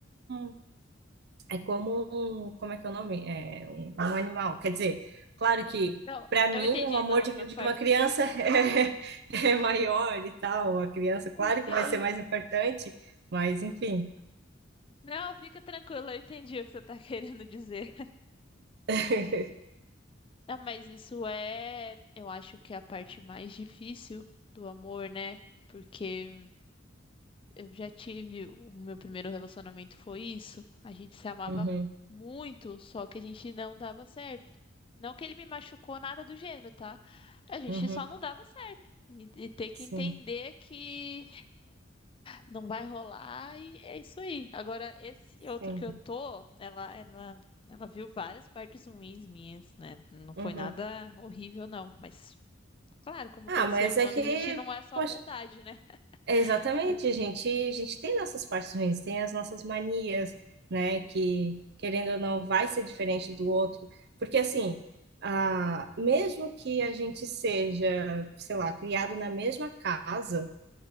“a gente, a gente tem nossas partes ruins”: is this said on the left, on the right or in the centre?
Right